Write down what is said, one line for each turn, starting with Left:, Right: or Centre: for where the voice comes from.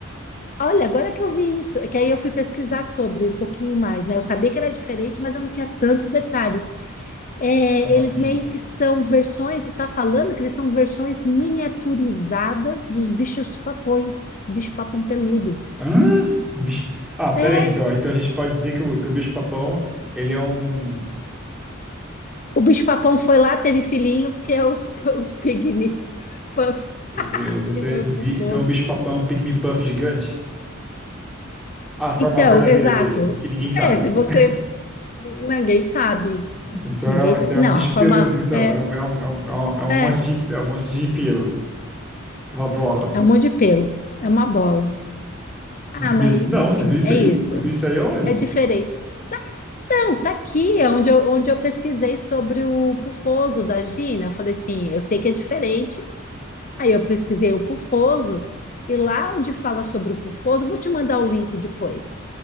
Left: Olha, agora que eu vi isso, é que aí eu fui pesquisar sobre um pouquinho mais, né? Eu sabia que era diferente, mas eu não tinha tantos detalhes. É,
Centre: Como
Left: eles
Centre: assim?
Left: meio que são versões, tá falando que eles são versões miniaturizadas dos bichos papões, bicho papão peludo.
Centre: Hã? Bicho... Ah, peraí,
Left: É,
Centre: então. Então a gente pode dizer que o, que o bicho-papão, ele é um.
Left: o bicho papão foi lá, teve filhinhos, que é os, <laughs> os pygmy puff,
Centre: Meu Deus, então
Left: meu
Centre: esses bi...
Left: pufoso.
Centre: então o bicho-papão é um pygmy puff gigante? A forma
Left: Então,
Centre: verdadeira
Left: exato.
Centre: dele, que ninguém sabe.
Left: É, se você, ninguém sabe,
Centre: Então
Left: ninguém
Centre: é,
Left: sabe,
Centre: então é
Left: não,
Centre: um bicho
Left: a forma,
Centre: peludo, então.
Left: é,
Centre: É um, é um, é um, é um é um
Left: é,
Centre: monte de, é um monte de pelo. Uma bola.
Left: é um monte de pelo, é uma bola. Ah,
Centre: Não sabia
Left: mas
Centre: disso. Não,
Left: enfim,
Centre: você viu isso
Left: é
Centre: aí?
Left: isso.
Centre: Você viu isso aí aonde?
Left: É diferente. Tá, então, tá aqui, é onde eu, onde eu pesquisei sobre o pufoso da Gina. Eu falei assim, eu sei que é diferente. Aí eu pesquisei o pufoso, e lá onde fala sobre o pufoso, eu vou te mandar o link depois.